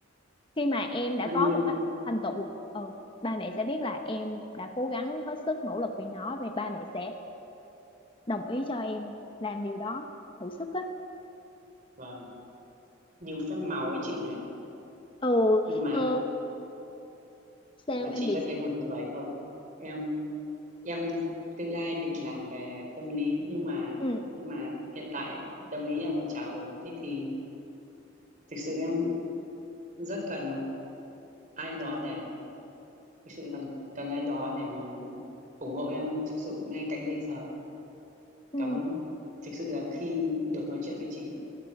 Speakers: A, on the left; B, on the right.
A: khi mà em đã
B: nó như
A: có một cái thành tựu ờ, ba mẹ sẽ biết là em đã cố gắng hết sức nỗ lực vì nó vì ba mẹ sẽ đồng ý cho em làm điều đó thử sức á
B: vâng như phép màu ấy chị nhỉ
A: ờ
B: nhưng mà
A: ờ sao
B: mà
A: em
B: chị
A: bị
B: có thấy
A: sao
B: buồn cười không em em tương lai định làm về tâm lý nhưng mà
A: ừ
B: nhưng mà hiện tại tâm lý em còn chả ổn thế thì thực sự em
A: ừ
B: rất cần một ai đó để thực sự là cần ai đó để mà ủng hộ em thực sự ngay cạnh bây giờ
A: ừ
B: cảm ơn thực sự là khi được nói chuyện với chị